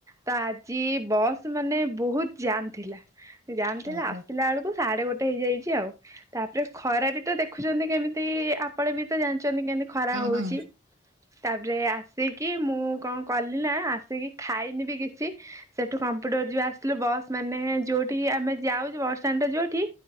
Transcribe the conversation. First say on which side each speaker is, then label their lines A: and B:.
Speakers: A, on the right; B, on the right.
A: ତ ଆଜି ବସ୍ ମାନେ ବହୁତ୍ ଜାମ୍ ଥିଲା ଜାମ୍
B: ହୁଁ
A: ଥିଲା
B: ହୁଁ
A: ଆସିଲା ଏଳକୁ ସାଢେ ଗୋଟେ ହେଇଯାଇଚି ଆଉ ତାପରେ ଖରା ବି ତ ଦେଖୁଚନ୍ତି କେମିତି ଆପଣ ବି ତ ଜାଣିଚନ୍ତି କେମ୍ ତି ଖରା ହଉଚି
B: ହୁଁ
A: ତାପରେ ଆସିକି ମୁଁ କଁ କଲି ନା ଆସିକି ଖାଇନି ବି କିଚି ସେଠୁ କମ୍ପୁଟର୍ ଯଉ ଆସିଥିଲୁ ବସ୍ ମାନେ ଯୋଉଠି ଆମେ ଯାଉଛୁ ବସଷ୍ଟାଣ୍ଡରେ ଯୋଉଠି